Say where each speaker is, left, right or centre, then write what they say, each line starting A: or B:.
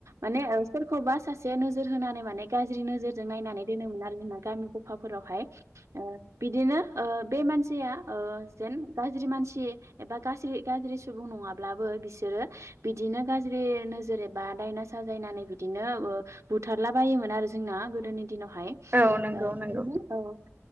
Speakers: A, on the right; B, on the right.
A: माने सोरखौबा सासे नोजोर होनानै माने गाज्रि नोजोरजों नायनानै दोनोमोन आरो जोंना गामिखौ फावफोरावहाय ओ बिदिनो ओ बे मानसिया ओ जेन गाज्रि मानसि एबा गाज्रि गाज्रि सुबुं नङाब्लाबो बिसोरो बिदिनो गाज्रि नोजोर एबा दायना सा साजायनानै बिदिनो ओ बुथारला बायोमोन आरो जोंना गोदोनि दिनाव हाय ओ
B: औ नंगौ नंगौ
A: बिदिनो औ ओ